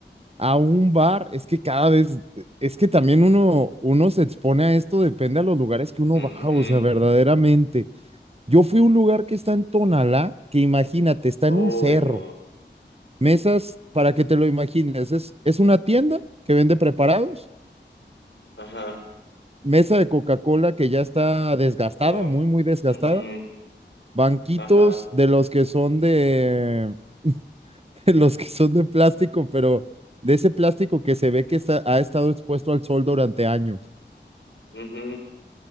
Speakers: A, on the right (about 35°); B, on the left (about 80°).
A: a un bar, es que cada vez, es que también uno, uno se expone a esto, depende a los lugares que uno
B: ujú,
A: va,
B: ujú.
A: o sea, verdaderamente. Yo fui a un lugar que está en Tonalá, que imagínate, está
B: Uy,
A: en un cerro,
B: no.
A: mesas, para que te lo imagines, es, es una tienda que vende preparados,
B: Ajá.
A: mesa de Coca-Cola que ya está desgastada,
B: Oh.
A: muy, muy desgastada,
B: Ujú,
A: banquitos
B: Ajá.
A: de los que son de, <laughs> de los que son de plástico, pero de ese plástico que se ve que está, ha estado expuesto al sol durante años
B: ujú.